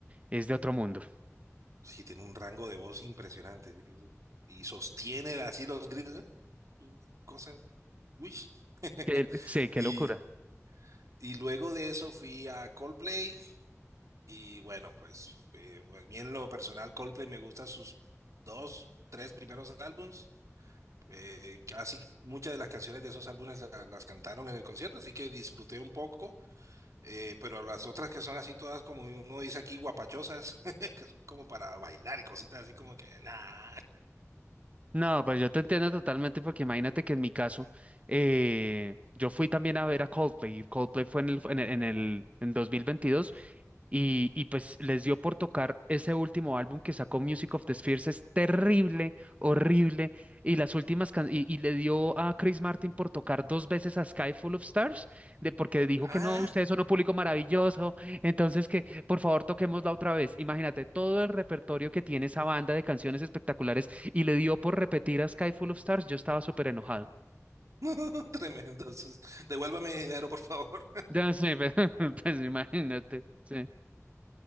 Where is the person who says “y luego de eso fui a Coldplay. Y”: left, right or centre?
Right